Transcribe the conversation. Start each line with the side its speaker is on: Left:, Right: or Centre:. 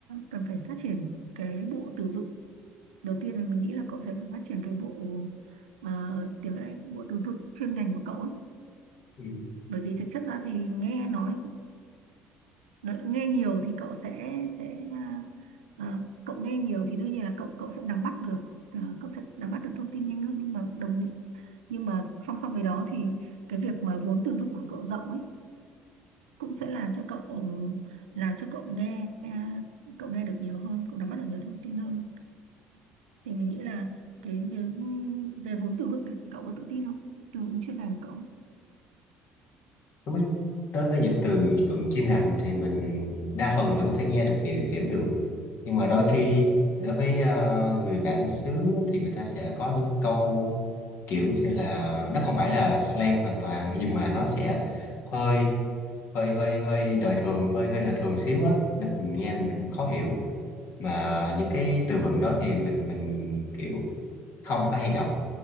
Right: cần phải phát triển cái bộ từ vựng. Đầu tiên là mình nghĩ là cậu sẽ phải phát triển cái bộ ờ, tiếng Anh, bộ từ vựng chuyên ngành của cậu ấy.
Left: Ừ.
Right: Bởi vì thực chất ra thì nghe nói nó nghe nhiều thì cậu sẽ sẽ à, à, cậu nghe nhiều thì đương nhiên là cậu cậu sẽ nắm bắt được à, cậu sẽ nắm bắt được thông tin nhanh hơn nhưng mà đồng ý nhưng mà song song với đó thì cái việc mà vốn từ vựng của cậu rộng ấy cũng sẽ làm cho cậu làm cho cậu nghe cậu nghe được nhiều hơn cậu nắm bắt được nhiều thông tin hơn thì mình nghĩ là cái, cái về vốn từ vựng thì cậu có tự tin không từ vựng chuyên ngành của cậu
Left: Đối với, đối với những từ vựng chuyên ngành thì mình đa phần là có thể nghe được hiểu, hiểu được nhưng mà đôi khi đối với ờ, người bản xứ thì người ta sẽ có những câu kiểu như là nó không phải là slang hoàn toàn <laughs> nhưng mà nó sẽ hơi hơi hơi hơi đời thường hơi hơi đời thường xíu á nên mình nghe mình cũng khó hiểu mà những cái từ vựng đó thì mình mình kiểu không có hay gặp